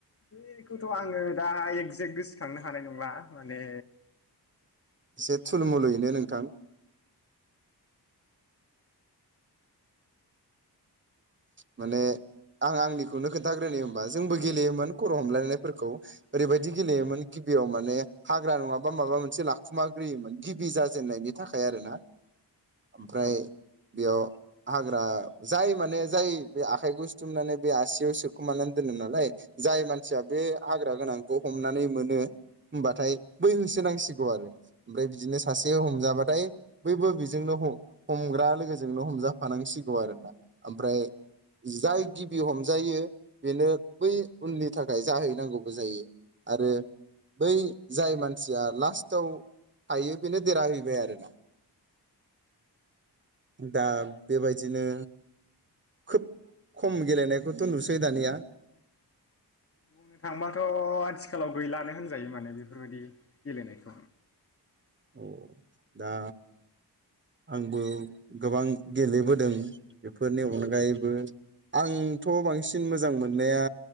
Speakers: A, on the left; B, on the right.
A: बेखौथ' आङो दा एगजेक्ट गोसोखांनो हानाय नंला माने
B: एसे थुलमुलुयैनो नोंथां माने आं आंनिखौनो खोन्थाग्रोनो होमबा जोंबो गेलेयोमोन खर' हमलायनायफोरखौ ओरैबायदि गेलेयोमोन गिबियाव माने हाग्रा नङाबा माबा मोनसे लाखुमाग्रोयोमोन गिबि जाजेननायनि थाखाय आरो ना ओमफ्राय
A: औ
B: बेयाव हाग्रा जाय माने जाय बे आखाइखौ सुथुमनानै बे आसियाव सोखुमानानै दोनोम नालाय जाय मानसिया बे हाग्रा गोनांखौ हमनानै मोनो होमबाथाय बै होसोनांसिगौ आरो ओमफ्राय बिदिनो सासे हमजाबाथाय बैबो बेजोंनो हमग्रा लोगोजोंनो हमजाफानांसिगौ आरोना ओमफ्राय जाय गिबि हमजायो बेनो बै उननि थाखाय जाहैनांगौबो जायो आरो बै जाय मानसिया लास्टआव थायो बिनो देराहैैबाय आरोना दा बेबायदिनो खोब खम गेलेनायखौथ' नुसै दानिया
A: बुंनो थांबाथ' आथिखालाव गैलानो होनजायो माने बेफोरबायदि गेलेनायखौ
B: औ दा आंबो गोबां गेलेबोदों बेफोरनि अनगायैबो आं थ' बांसिन मोजां मोननाया